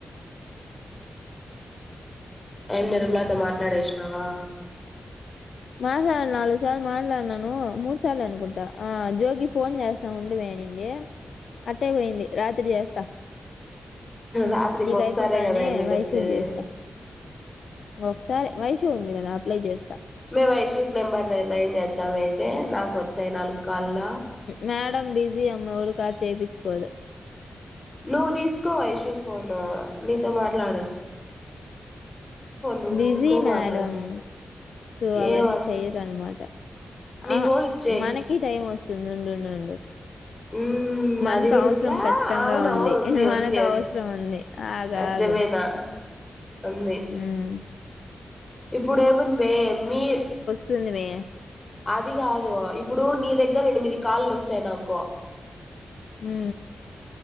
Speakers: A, on the left (about 30°); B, on the left (about 85°).
A: ఏం నిర్మలాతో మాట్లాడేసినావా
B: మాట్లాడ నాలుగు సార్లు మాట్లాడినను మూడు సార్లు అనుకుంటా ఆ జోగి ఫోన్ చేస్త ఉండు మే అని ఎమ్ ఆటే పోయింది రాత్ చేస్త
A: రాత్రి ఇంకొకసారే
B: నీక అయిపోతానే
A: కదా మీకు
B: వైషు
A: వచ్చేది
B: కి చేస్త ఇంకొక్సారి వైషూ ఉంది కదా ఆపిల్ల కి చేస్త
A: మేము వైశూక్ నెంబర్ నైన్ చేచ్చాం అయితే నాకు వచ్చాయి నాలుగు కళ్ళ
B: మేడం బిజీ అమ్మ ఉ కాడ చెపిచుకోదు
A: నువ్వు తీసుకో వైషు ఫోన్ నీతో మాట్లాడ నువ్వు
B: బిజీ
A: తీసుకో
B: మేడం
A: మాట్లాడొచ్చు
B: సో అవన్నీ
A: ఏమంత
B: చెయరున్మాట
A: నీ
B: ఆ
A: ఫోన్ ఇచ్చేయి
B: మనకి టైం వస్తుంది ఉండుండుండు
A: మ్మ్
B: మనతో
A: అది కూడా
B: అవసరం
A: ఉందిలా
B: ఖచ్చితంగా
A: అవును
B: ఉంది
A: అవును
B: మనతో
A: ఉంది
B: అవసరం ఉంది ఆగ్
A: మర్చిపోయినా
B: ఆగ్
A: ఉంది
B: హుమ్
A: ఇప్పుడేముంది వే మీ
B: దుంది మే
A: అది గాదు ఇప్పుడు నీ దగ్గర ఎనిమిది కాళ్లు ఒస్తాయి నాక్ కు
B: ఉ